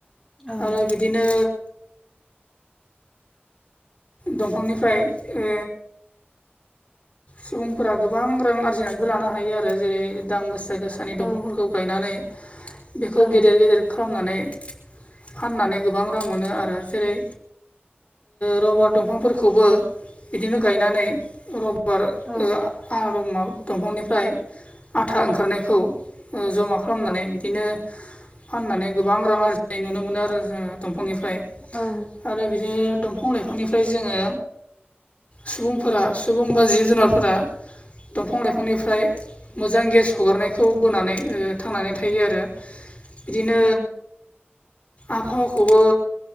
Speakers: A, in the centre; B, on the left.
A: औ
B: आरो बिदिनो दंफांनिफ्राय ओ सुबुंफोरा गोबां रां आरजिनानैबो लानो हायो आरो जेरै दाम गोसा गोसा गोसानि
A: औ
B: दंफांफोरखौ गायनानै बेखौ
A: औ
B: गेदेर गेदेर खालामनानै फाननानै गोबां रां मोनो आरो जेरै रबार दंफांफोरखौबो बिदिनो गायनानै रब गार
A: औ
B: ओ आरामाव दंफांनिफ्राय आथा ओंखारनायखौ जमा खालामनानै बिदिनो फाननानै गोबां रां आरजिनाय नुनो मोनो आरो जोङो दंफांनिफ्राय।
A: औ।
B: आरो बिदिनो दंफां लाइफांनिफ्राय जोङो सुबुंफोरा सुबुंबा जिब जुनारफोरा दंफां लाइफांनिफ्राय। मोजां गेस हगारनायखौ बोनानै ओ थांनानै थायो आरो। बिदिनो
A: औ
B: आबहावखौबो